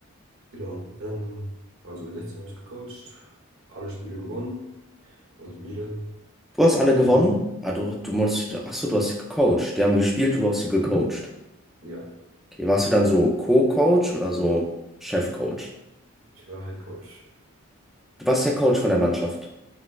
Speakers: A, on the right; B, in the centre.
A: Genau. Ähm, also U16 habe ich gecoacht, alle Spiele gewonnen, war solide.
B: Du hast alle
A: Dann,
B: gewonnen? Ah, du, du musst, ach so, du hast sie gecoacht. Die haben gespielt und du hast sie gecoacht.
A: ja,
B: Okay, warst du dann so Co-Coach oder so Chef-Coach?
A: ich war Head Coach.
B: Du warst der Coach von der Mannschaft.